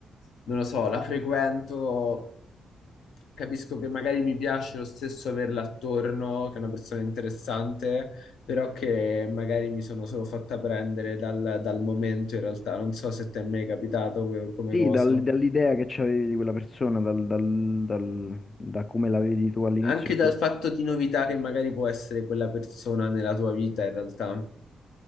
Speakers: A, on the left; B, on the left.
A: non lo so, la frequento, capisco che magari mi piace lo stesso averla attorno, che è una persona interessante, però che magari mi sono solo fatta prendere dal, dal momento in realtà. Non so se ti è mai capitato que- come
B: Sì,
A: cosa.
B: dal- dall'idea che c'avevi di quella persona, dal- dal- dal- da come la vedi tu all'inizio.
A: Anche dal fatto di novità che magari può essere quella persona nella tua vita in realtà.